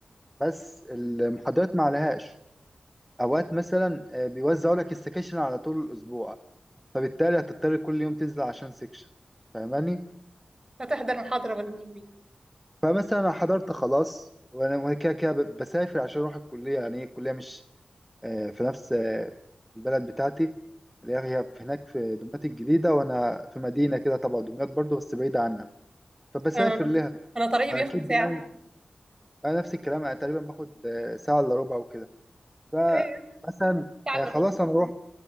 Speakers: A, in the centre; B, on the right (about 30°).
A: بس المحاضرات ما عليهاش أوقات مثلا آه، بيوزعوا لك السكاشن على طول الأسبوع فبالتالي هتضطر كل يوم تنزل عشان سكشن فاهماني؟
B: هتحضر محاضرة بالنسبة
A: فمثلا أنا حضرت خلاص وانا كده كده ب- بسافر عشان اروح الكليه يعني هي الكليه مش آه، في نفس آه، البلد بتاعتي اللي هي هي في- هناك في دمياط الجديده وانا في مدينه كده تبع دمياط برضو بس بعيده عنها فبسافر
B: اه
A: لها
B: انا طريقي بياخد
A: اكيد
B: ساعة
A: يعني انا نفس الكلام انا تقريبا باخد آه، ساعه الا ربع وكده فمثلا
B: ايوه ساعة
A: آه،
B: الا
A: خلاص
B: ربع
A: انا رحت